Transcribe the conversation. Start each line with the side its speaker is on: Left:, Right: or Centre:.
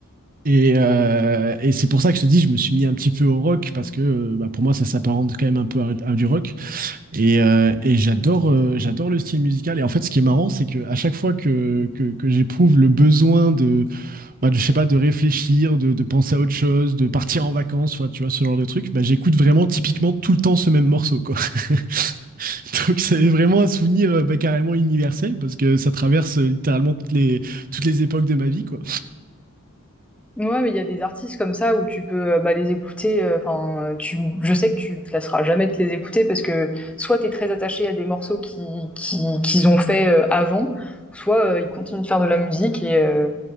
Right: Et, euh, et c'est pour ça que je te dis, je me suis mis un petit peu au rock parce que euh, bah, pour moi, ça s'apparente quand même un peu à, à du rock. Et, euh, et j'adore, euh, j'adore le style musical. Et en fait, ce qui est marrant, c'est que à chaque fois que, que, que j'éprouve le besoin bah, je sais pas, de réfléchir, de, de, penser à autre chose, de partir en vacances, soit, tu vois, ce genre de truc, bah, j'écoute vraiment typiquement tout le temps ce même morceau, quoi. <laughs> Donc c'est vraiment un souvenir euh, bah, carrément universel parce que ça traverse euh, littéralement toutes les, toutes les époques de ma vie, quoi.
Centre: Ouais, mais il y a des artistes comme ça où tu peux, heu, bah, les écouter, euh, enfin, euh, tu je sais que tu te lasseras jamais de les écouter parce que soit t'es très attaché à des morceaux qui qui qu'ils ont fait, heu, avant, soit, heu, ils continuent de faire de la musique et heu